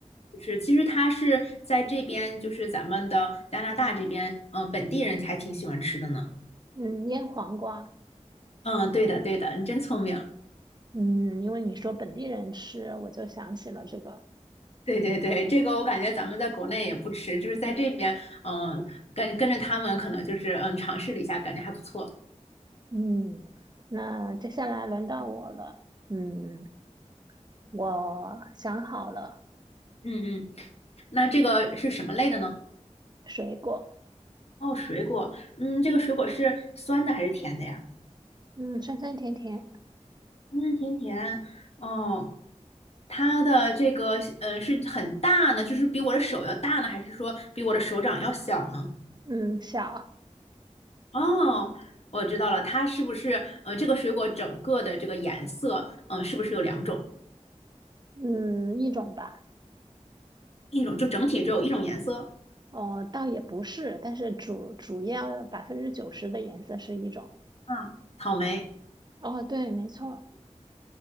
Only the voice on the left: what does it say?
不是，其实它是在这边，就是咱们的加拿大这边，嗯，本地人还挺喜欢吃的呢。
嗯，对的，对的，你真聪明。
对对对，这个我感觉咱们在国内也不吃，就是在这边，嗯，跟跟着他们可能就是嗯尝试了一下，感觉还不错。
嗯嗯，那这个是什么类的呢？
哦，水果，嗯，这个水果是酸的还是甜的呀？
酸酸甜甜，哦，它的这个嗯是很大呢，就是比我的手要大呢，还是说比我的手掌要小呢？
哦，我知道了，它是不是呃这个水果整个的这个颜色，嗯、是不是有两种？
一种就整体只有一种颜色？
嗯，草莓，